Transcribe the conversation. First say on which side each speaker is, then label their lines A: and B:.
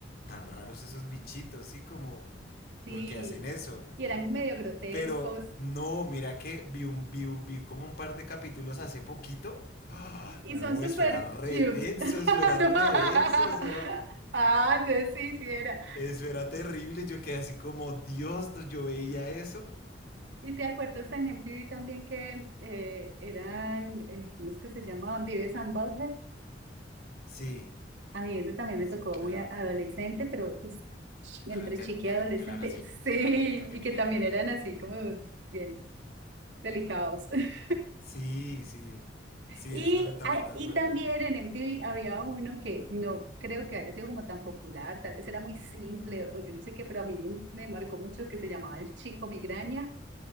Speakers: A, on the left (about 55°); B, on the right (about 80°).
A: tan raros esos bichitos, ¿sí? Como,
B: sí.
A: ¿por qué hacen eso?
B: Y eran medio grotescos,
A: Pero no, mira que vi, un, vi, un- vi como un par de capítulos hace poquito. ¡Ah!
B: Y
A: No,
B: son súper
A: eso era re
B: cute.
A: denso,
B: <laughs>
A: eso era re denso, eso era,
B: No. Ah, entonces sí, sí era.
A: eso era terrible. Yo quedé así como, Dios, no, yo veía eso.
B: ¿Y te acuerdas en MTV también que eh, eran, eh, ¿cómo es que se llamaban? Vives and Butthead.
A: Sí,
B: A mí ese también me
A: sí,
B: tocó
A: claro.
B: muy a- adolescente, pero pues, ch-
A: Que
B: entre
A: hablan, de-
B: chiqui
A: de-
B: y adolescente,
A: de- que hablan así,
B: sí,
A: que hablan así. de- de-
B: y que
A: de-
B: también
A: de- de-
B: eran
A: de.
B: así como bien delicados. <laughs>
A: Sí, sí. Sí,
B: Y,
A: eso también, también
B: ah,
A: me acuerdo.
B: y también en MTV había uno que no creo que haya sido como tan popular, tal vez era muy simple o yo no sé qué, pero a mí me, me marcó mucho que se llamaba El Chico Migraña.